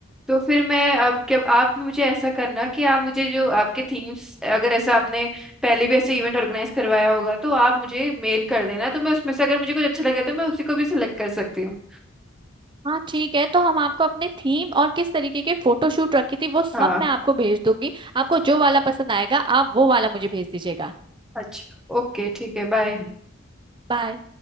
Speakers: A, in the centre; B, on the right.
A: तो फिर मैं अब क्या आप मुझे ऐसा करना कि आप मुझे जो आपके थीम्स अगर ऐसा आपने पहले भी ऐसे इवेंट ऑर्गेनाइज करवाया होगा तो आप मुझे मेल कर देना तो मैं उसमें से अगर मुझे कुछ अच्छा लगे तो मैं उसी को भी सिलेक्ट कर सकती हूँ
B: हाँ ठीक है तो हम आपको अपने थीम और किस तरीके के फोटोशूट रखी थी वो सब
A: हाँ
B: मैं आपको भेज दूंगी आपको जो वाला पसंद आएगा आप वो वाला मुझे भेज दीजिएगा
A: अच्छा ओके ठीक है बाय
B: बाय